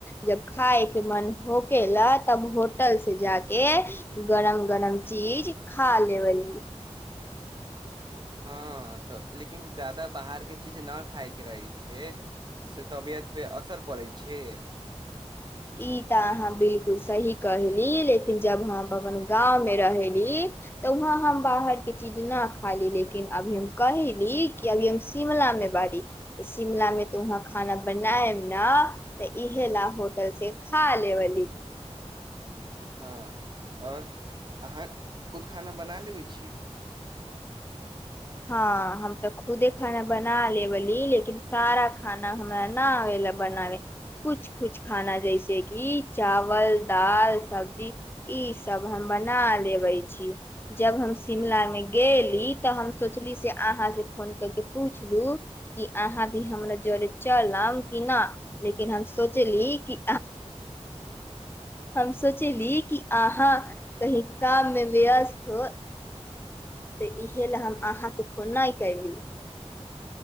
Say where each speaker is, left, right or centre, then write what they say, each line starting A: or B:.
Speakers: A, on the left (about 20°); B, on the right (about 40°).
A: जब खााय के मन होके ले तब होटल से जा के गरम गरम चीज खा लेबल
B: हँ तऽ लेकिन जादा बाहर के चीज न खायके रहै छैिय ओसँ तबियत पे असर पड़ै छै
A: ई तऽ अहाँ बिलकुल सही कहली लेकिन जब हम अपन गाँंव में रहेली तऽ वहाँ हम बाहर के चीज नहि ख ली लेकिन अभी हम कहैली कि अभी हम शिमला मे बड़ी त शिमला मे तऽ वहाँ खाना बनायब ने तऽ इहे ला से खा लेबी
B: हँ आओर अहाँ खुद खाना बना लेबै छी
A: हँ हम तऽ खुदे खाना बना लेबली लेकिन सारा खाना हमरा न आब ले बनाबे कुछ कुछ खाना जैस किि चावल दाल सब्जी ई सब हम बना लेबे छी जब हम शिमला मे गेली तऽ हम सोचली फ पूछलू अहाँ भी हमरा जर चलब कि नहि लेकिन हम सोचली हम सोचली कि अहाँ कही काम मे व्यस्त हो तऽ इहे लए हम अहाँ कोन नहि आ कल